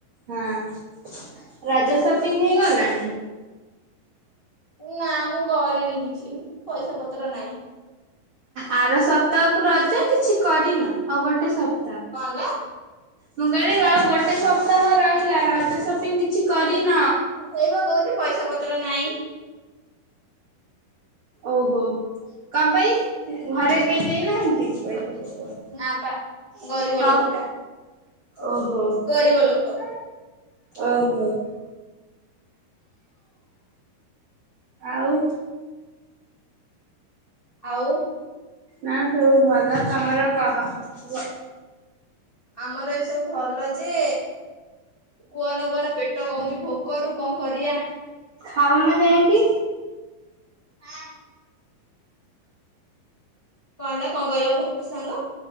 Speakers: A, on the right (about 80°); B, on the left (about 35°).
A: ହଁ ରଜ ସପିଙ୍ଗ ହେଇଗଲାଣି।
B: ନା ମୁଁ କରିନି କିଛି ପଇସା ପତ୍ର ନାଇଁ।
A: ଆର ସପ୍ତାହକୁ ରଜ କିଛି କରିନ ଆଉ ଗୋଟେ ସପ୍ତା
B: କଣ ହେଲା।
A: ମୁଁ କହିଲି ଆଉ ଗୋଟେ ସପ୍ତାହ ରହିଲା ରଜ ସପିଙ୍ଗ କିଛି କରିନ?
B: ସେଇବା କହୁଛି ପଇସା ପତ୍ର ନାଇଁ। ହଁଁ <unintelligible>
A: ଓହୋ କଁ ପାଇଁ ଘରେ କେହି ଦେଇନାହାନ୍ତି ପଇସା? ପତ୍ର?
B: ନାଁ ପା ଗରିବ
A: ସବ୍
B: ଲୋକଟା
A: ଓହୋ
B: ଗରିବ ଲୋକ।
A: ଓହୋ ଆଉ
B: ଆଉ
A: ନାଁ ସବୁ ଭଲ ତମର କହ କୁଅ।
B: ଆମର ବି ସବୁ ଭଲ ଯେ କୁଅନା କୁଅନା ପେଟ କହୁଚୁ ଭୋକରୁ କଣ କରିବା?
A: ଖାଉନ ଯାାଇଁକି।
B: ଖା। କଁ ହେଲା କଁ କହିଲ ଭୋ ଏ ସାଙ୍ଗ